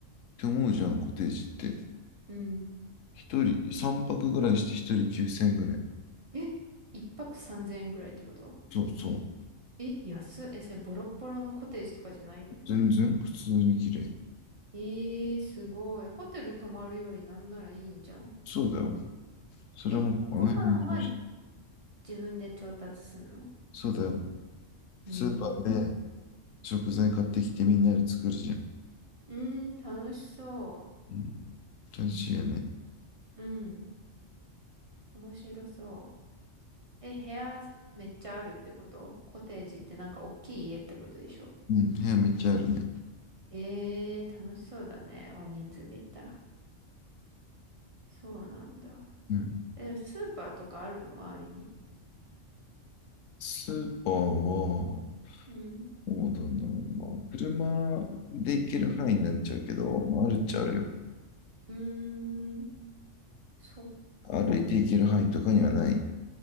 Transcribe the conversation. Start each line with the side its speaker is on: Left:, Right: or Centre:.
Left: て思うじゃん、コテージって。
Right: うん。
Left: 一人、三泊ぐらいして一人9千円ぐらい。
Right: え、一泊3000円ぐらいってこと
Left: そうそう。
Right: え、安い。え、それボロッボロのコテージとかじゃないよね。
Left: 全然普通に綺麗。
Right: えー、すごい。ホテル泊まるよりなんならいいんじゃん。
Left: そうだよ。それはもう、
Right: え、ご飯は
Left: あの辺の調子。
Right: 自分で調達すんの
Left: そうだよ。スーパーで
Right: うーん。
Left: 食材買ってきてみんなで作るじゃん。
Right: うーん、楽しそ
Left: うん。楽しいよね。
Right: う。うん。面白そう。え、部屋めっちゃあるってことコテージってなんか大きい家ってことでしょ
Left: うん。部屋めっちゃあるね。
Right: ええー、楽しそうだね。大人数で行ったら。そうなんだ。
Left: うん。
Right: え、スーパーとかあるの周りに。
Left: スーパーは、
Right: うん。
Left: そうだな。車で行ける範囲になっちゃうけど、まあ、あるっちゃあるよ。
Right: うーん。そっか。
Left: 歩いて行ける範囲とかにはない。